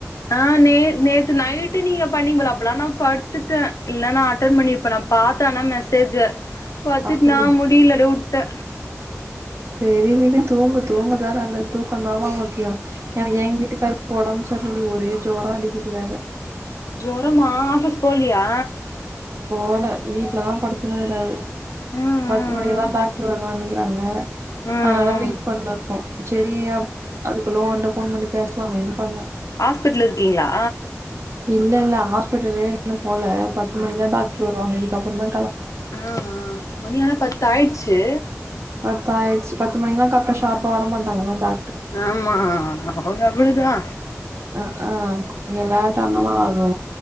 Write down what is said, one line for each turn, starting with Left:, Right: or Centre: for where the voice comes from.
Left: ஆ நே நேத்து நைட்டு நீங்க பண்ணிங்கல அப்பலா நா படுத்துட்டே இல்னா நா அட்டன் பண்ணிருப்பே நா பாத்த ஆனா மெசேஜ பத்திட்னா
Right: அப்டி
Left: முடில அடே உட்டே
Right: டெய்லிமே தூங்கு தூங்கதா நல்லது தூக்கந்தாமா முக்கியோ எனக் எங் வீட்டுக்காருக் ஒடம் ச ர்லடி ஒரே ஜொரோ அடிக்கிது வேற
Left: ஜொரமா ஆஃபிஸ் போலியா
Right: போல வீட்ல தா படுத்துனுருகுறாரு
Left: ம் ம்
Right: பத்து மணிக்கு தா டாக்ட்ர் வருவன்னிக்கிறாங்க
Left: ம்
Right: அதனால
Left: ம்
Right: வெயிட்
Left: ம்
Right: பண்ணுருக்கோ செரி அப் அதுக்குள்ள உங்கட்ட ஃபோன் பண்ணி பேசலாமேன் பண்ணே
Left: ஆஸ்பிட்ல இருக்கீங்ளா
Right: இல்லல்ல ஹாஸ்பிட்டலே இன்னும் போல பத்து மணிக்குதா டாக்ட்ரு வருவாங்க இதுக்கப்பறந்தா
Left: ம் ம் மணி ஆனா பத்து ஆயிட்ச்சு
Right: ப்ப ஆயிட்ச்சு பத்து மணிக்குலா கரெட்டா ஷார்ப்பா வர மாட்டாங்கள்ல டா
Left: ஆமா அவுங்க அப்பிடிதா
Right: அ அ கொஞ்சோ லேட்டானாலு ஆகு